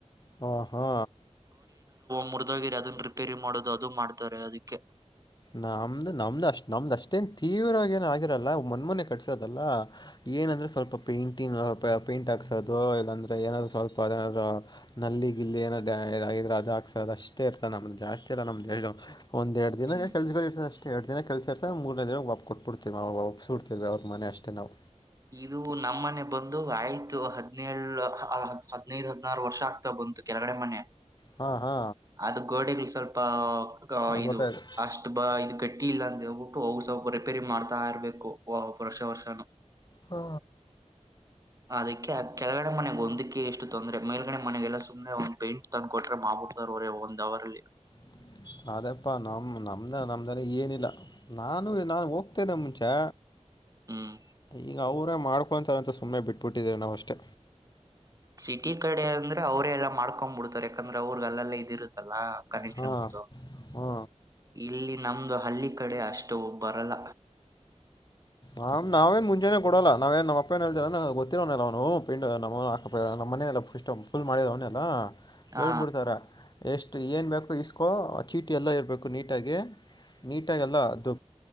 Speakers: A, on the left (about 35°); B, on the right (about 30°).
A: ಹ ಹಾ
B: ಮುರಿದಾಗಿರಿ ಅದನ್ನ ರಿಪೇರಿ ಮಾಡೋದು ಅದು ಮಾಡ್ತಾರೆ ಅದಕ್ಕೆ
A: ನಮ್ದು ನಮ್ದು ಅಷ್ಟ್ ನಮ್ದ್ ಅಷ್ಟೇನ್ ತೀವ್ರವಾಗಿಏನ ಆಗಿರಲ್ಲ ಮನ್ಮೊನೆ ಕಟ್ಸೋದಲ್ಲ ಏನಂದ್ರೆ ಸ್ವಲ್ಪ ಪೇಂಟಿಂಗ್ ಪೇಂಟ್ ಹಾಕ್ಸೋದು ಇಲ್ಲಾಂದ್ರೆ ಏನಾದ್ರರು ಸ್ವಲ್ಪ ಅದನಾದ ನಲ್ಲಿ ಈಗ ಇಲ್ಲಿ ಏನ್ರೆ ಅದ ಹಾಕ್ಸ ಅಷ್ಟೇ ಇರ್ತದೆ ನಮ್ದ ಜಾಸ್ತಿರಲ್ಲ ನಮ್ದ ಒಂದೆರಡು ದಿನ
B: ಹ್ಮ್
A: ಕೆಲಸಗಳು ಅಷ್ಟೇ ಎರಡು ದಿನ ಕೆಲ್ಸ ಇರ್ತದೆ ಮೂರನೇ ದಿನ ಒಪ್ ಕೊಟ್ಬಿಡ್ತೇವಿ ಅವ್ ವಾಪ್ ಸುಡ್ತೇವಿ ಅವ್ರ ಮನೆ ಅಷ್ಟೇ ನಾವು
B: ಇದು ನಮ್ಮ ಮನೆ ಬಂದು ಆಯ್ತು ಹದ್ನೇಳ ಹದ್ನೈದು ಹದ್ನಾರು ವರ್ಷ ಆಗ್ತಾ ಬಂತು ಕೆಳಗಡೆ ಮನೆ
A: ಹಾ ಹಾ
B: ಅದ ಗೋಡೆಗಳು ಸ್ವಲ್ಪ ಇದು
A: ಗೊತ್ತಾಯಿತು
B: ಅಷ್ಟು ಇದು ಗಟ್ಟಿ ಇಲ್ಲ ಅಂದ ಹೇಬಿಟ್ಟು ಹೋಗ ರಿಪೇರಿ ಮಾಡ್ತಾ ಇರ್ಬೇಕು ವರ್ಷ ವರ್ಷನು
A: ಹಾ
B: ಅದಕ್ಕೆ ಕೆಳಗಡೆ ಮನೆಗೆಂದಕ್ಕೆ ಎಷ್ಟು ತೊಂದರೆ ಮೇಲ್ಗಡೆ ಮನೆಗೆಲ್ಲ ಸುಮ್ನೆ ಒಂದ್ ಪೇಂಟ್ ತಂದು ಕೊಟ್ರೆ ಮಾಡ್ಬಿಡ್ತಾರೆ ಒಂದ್ ಹೌರ್ ಅಲ್ಲಿ
A: <inaudible> ಅದಪ್ಪಾ ನಮ ನಮ್ದ ನಮ್ದನೆ ಏನಿಲ್ಲ ನಾನು ನಾ ಹೋಗ್ತೇನೆ ಮುಂಚೆ
B: ಹ್ಮ್
A: ಈಗ ಅವರೇ ಮಾಡ್ಕೊಂತಾರೆ ಅಂತ ಸುಮ್ಮನೆ ಬಿಟ್ಬಿಟ್ಟಿದ್ದಾರೆ ನಾವುಷ್ಟೇ
B: ಸಿಟಿ ಕಡೆ ಅಂದ್ರೆ ಅವ್ರೆಲ್ಲ ಮಾಡ್ಕೊಂಡ್ ಬಿಡ್ತಾರೆ ಯಕಂದ್ರೆ ಅವ್ರಗ್ ಅಲ್ಲೆಲ್ಲ ಇದ ಇರುತ್ತಲ್ಲಾ ಕನೆಕ್ಷನ್ಸ್
A: ಹಾ ಹಾ
B: <inaudible> ಇಲ್ಲಿ ನಮ್ದು ಹಳ್ಳಿ ಕಡೆ ಅಷ್ಟು ಬರಲ್ಲ
A: ಹಾ ನಾವೇನ್ ಮುಂಜಾನನೆ ಕೊಡಲ್ಲ ನಾವೇನ್ ನಮ್ಮ ಅಪ್ಪ ಏನಲ್ತ ಗೊತ್ತಿರವನಲ್ಲ ಅವನು ಪಿಂಡ್ ನಮ್ಮಮ್ಮ ಮನೆಯಲ್ಲ <unintelligible> ಫುಲ್ ಮಾಡಿದ ಅವನೆೆಲ್ಲಾ
B: ಹಾ
A: ಹೇಳ್ಬಿಡ್ತಾರ ಎಷ್ಟು ಏನು ಬೇಕು ಇಸ್ಕೋ ಆ ಚೀಟಿ ಎಲ್ಲ ಇರಬೇಕು ನೀಟಾಗಿ ನಿಟ್ಟಾಗಿ ಇಲ್ಲ ಅದು